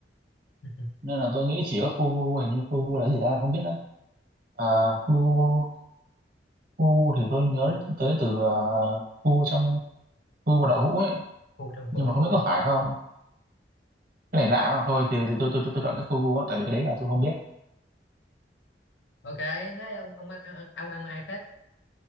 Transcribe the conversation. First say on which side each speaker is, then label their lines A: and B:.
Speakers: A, on the left; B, on the right.
A: <laughs>
B: nên là tôi nghĩ chỉ có fugu hình như fugu là cái gì ta không biết nữa à, fugu fugu
A: phu
B: thì tôi nhớ
A: phu
B: tới từ uh, fugu trong fugu và đậu hũ ấy
A: phu trong
B: nhưng
A: vũ
B: mà không
A: phu
B: biết có phải không cái này lạ mà thôi thì, thì tôi, tôi tôi tôi chọn cái fugu á tại vì cái đấy là tôi không biết
A: ok thế ông ông ăn ông, ông ăn mai phết